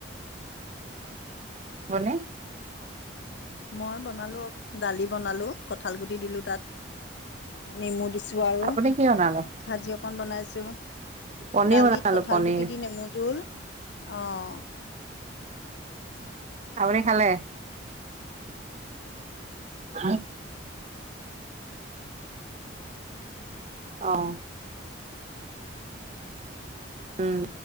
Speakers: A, on the right; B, on the left.
A: ভনে
B: মই বনালো, দালি বনালো, কঁঠাল গুটি দিলোঁ তাত। নেমু দিছোঁ আৰু
A: আপুনি কি বনালে
B: ভাজি অকন বনাইছোঁ।
A: পনীৰ
B: দালিত
A: বনালো
B: কঠাল
A: পনীৰ
B: গুটি দি নেমু জোল, অ'।
A: আপুনি খালে? <unintelligible> অ'। উম।